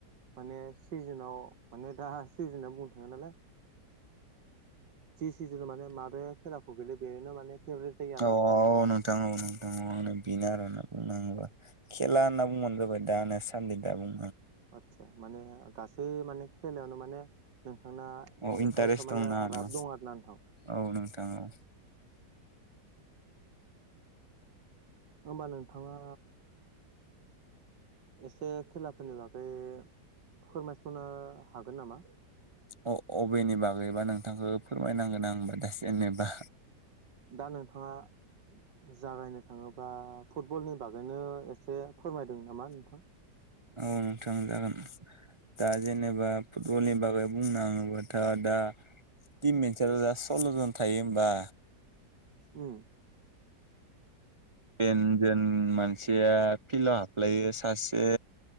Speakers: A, on the right (about 80°); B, on the right (about 35°).
A: माने सिजोनाव माने दा सिजोना बुंनो थाङो नालाय। जि सिजोन माने माबे खेलाखौ गेले बेनो माने फेभरेट जायो आरोना
B: औ
A: नोंथांनि थाखाय
B: औ नोंथां औ नोंथां आंनो बेनो आरोना बुंङोबा। खेला होनना बुंबानो जाबाय दा ने सान्दि दा बुं
A: आचसा माने गासै माने खेलायावनो माने नोंथां
B: औ इन्टारेस्ट
A: एफा एफा माने
B: दंना आरो
A: राब दं आर ना नोंथां।
B: औ नोंथां औ
A: होमबा नोंथाङा एसे खेलाफोरनि बागै फोरमायस'नो हागोन नामा?
B: अ अबेनि बागैबा नोंथांखौ फोरमायनांगोन आं होनोमबा दा जेनेबा
A: दा नोंथाङा जागायनो थाङोबा फुटबलनि बागैनो एसे फोरमायदों नामा नोंथां?
B: औ नोंथां जागोन। दा जेनेबा फुटबलनि बागै बुंनो थाङोबथ' दा टिम मोनसेयाल' जास सल्लजन थायो होमबा
A: ओम
B: टेनजेन मानसिया फिल्डआव हाबलायो सासे